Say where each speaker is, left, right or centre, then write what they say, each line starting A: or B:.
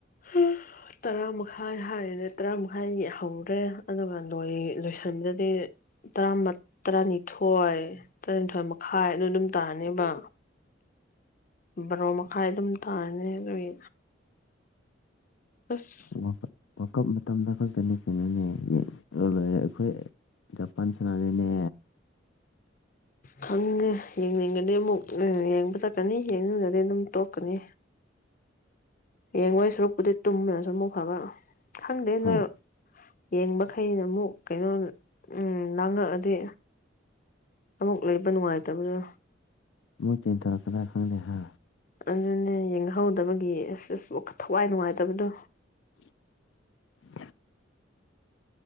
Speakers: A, on the left; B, on the left.
A: ꯍꯥ ꯇꯔꯥ ꯃꯈꯥꯏ ꯍꯥꯏꯔꯤꯅꯦ ꯇꯔꯥ ꯃꯈꯥꯏ ꯍꯧꯔꯦ ꯑꯗꯨꯒ ꯂꯣꯢ ꯂꯣꯏꯁꯤꯟꯕꯗꯗꯤ ꯥ ꯇꯔꯥꯅꯤꯃꯠ ꯇꯔꯥꯅꯤꯊꯣꯏ ꯇꯔꯥꯅꯤꯊꯣꯢ ꯃꯈꯥꯏ ꯑꯗꯨ ꯑꯗꯨꯝ ꯇꯥꯔꯅꯦꯕ ꯕꯥꯔꯣ ꯃꯈꯥꯏ ꯑꯗꯨꯝ ꯇꯅꯦ ꯑꯗꯨꯢ ꯑꯁ
B: ꯋꯥꯔꯜ ꯀꯞ ꯃꯇꯝꯗ ꯈꯛꯇꯅꯤ ꯀꯩꯅꯣꯅꯦ ꯌꯦꯡ ꯂꯣꯏꯔꯦ ꯑꯩꯈꯣꯏ ꯖꯄꯟ ꯁꯅꯥꯔꯦꯅꯦ
A: ꯈꯪꯗꯦ ꯌꯦꯡꯅꯤꯡꯒꯗꯤ ꯑꯃꯨꯛ ꯑꯦ ꯌꯦꯡꯕ ꯆꯠꯀꯅꯤ ꯌꯦꯡꯅꯤꯡꯗꯗꯤ ꯑꯗꯨꯝ ꯇꯣꯛꯀꯅꯤ ꯌꯦꯡꯉꯣꯏ ꯁꯨꯔꯨꯛꯄꯨꯗꯤ ꯇꯨꯝꯕꯅꯁꯨ ꯑꯃꯨꯛ ꯐꯕ ꯈꯪꯗꯦ ꯅꯣꯏ
B: ꯍꯥ
A: ꯌꯦꯡꯕ ꯈꯩꯅ ꯑꯃꯨꯛ ꯀꯩꯅꯣ ꯎꯝ ꯂꯥꯡꯉꯛꯑꯗꯤ
B: <inaudible>
A: ꯑꯃꯨꯛ ꯂꯩꯕ ꯅꯨꯡꯉꯥꯏꯇꯕꯗꯣ
B: ꯃꯣꯏ ꯇꯦꯟ ꯇꯥꯔꯛꯄ ꯗꯥꯢ ꯍꯥꯡꯅꯤ ꯍꯥ
A: ꯑꯗꯨꯅꯦ ꯌꯦꯡꯍꯧꯗꯕꯒꯤ ꯑꯁ ꯑꯁ ꯋꯥꯈ ꯊꯋꯥꯏ ꯅꯨꯡꯉꯥꯏꯇꯕꯗꯣ
B: <inaudible>